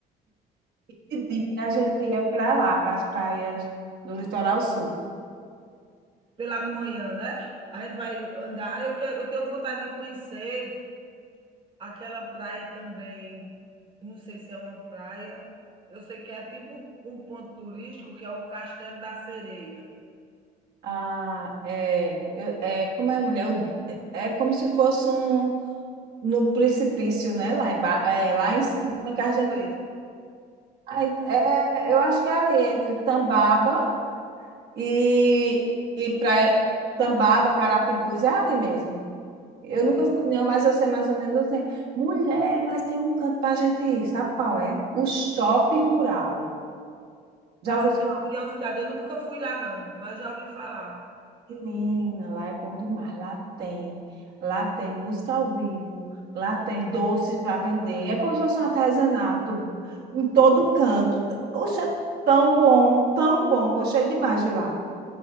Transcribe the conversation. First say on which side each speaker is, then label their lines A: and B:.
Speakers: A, on the right; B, on the right.
A: e de- dia a gente ia para lá, para as praias do litoral sul.
B: Pela manhã, né? A gente vai andar. Eu, quero, eu tenho vontade de conhecer Aquela praia também, não sei se é uma praia, eu sei que é tipo um, um ponto turístico que é o Castelo da Sereia.
A: Ah, é, eu- é como é, mulher? Eu- É é como se fosse um no precipício, né? Lá em, é, lá em cima
B: Isso
A: que a gente.
B: mesmo,
A: Ah, ent- É, eu acho que é ali entre Tambaba E, e para Tambaba, Carapibus, é ali mesmo. Eu
B: é.
A: nunca fui, não, mas eu sei mais ou menos. eu sei. Mulher, mas tem um canto pra gente ir, sabe qual é? O Shopping Rural. Já
B: Ah,
A: ouviu
B: eu tenho
A: falar?
B: curiosidade, eu nunca fui lá não, mas já ouvi falar.
A: Menina, lá é bom demais, lá tem. Lá tem música ao vivo, lá tem doces para vender. É como se fosse um artesanato em todo canto. Oxe, é tão bom, tão bom. Gostei demais de lá.